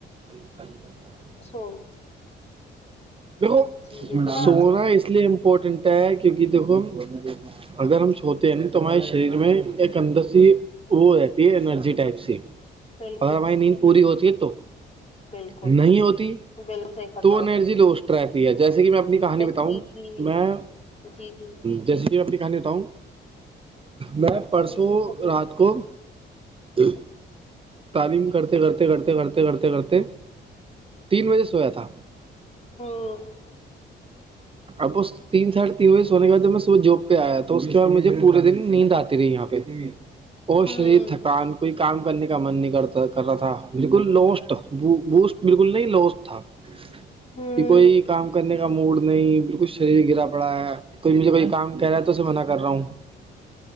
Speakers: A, on the right; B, on the left.
A: کر لا <inaudible>
B: سو یہ <inaudible>
A: دیکھو
B: جی دیکھیے نا
A: سونا
B: آج کل
A: اس لیے امپورٹنٹ ہے کیونکہ دیکھو اگر ہم سھوتے ہیں نا تو ہمارے شریر میں ایک انرجی سی وہ رہتی ہے انرجی ٹائپ س
B: بالکل
A: اگر ہماری نیند پوری ہوتی ہے تو
B: بالکل
A: نہیں ہوتی
B: بالکل صحیح فرمایا
A: تو ارجی لو اسٹرائپ جیسے کہ میں اپنی کہانی بتاؤں
B: جی جی
A: میں
B: جی جی
A: جیسے کہ میں اپنی کہانی بتاؤں میں
B: جی
A: پرسوں
B: جی فرمائیں
A: رات کو جب تعلیم کرتے کرتے کرتے کرتے کرتے کرتے میں تین بجے سویا تھا
B: ہوں <inaudible>
A: اب اس تین ساڑے تین بجے سونے بعد جب میں صبح جب پہ آیا تو اس کے بع مجھے پورے دن نیند آتی رہی یہاں پہ اور
B: ہوں
A: شریر تھکان کوئی کام کچھ کرنے کا من نہیں کر رہا تھا بالکل لوسٹ بوسٹ بالکل نہیں لوسٹ تھا کہ
B: ہوں
A: کوئی کام کرنے کا موڈ نہیں بالکل شریر گرا پڑا ہے کوئی مجھے کوئی کام کہہ رہا ہے تو اسے میںن نہ کر رہا ہوں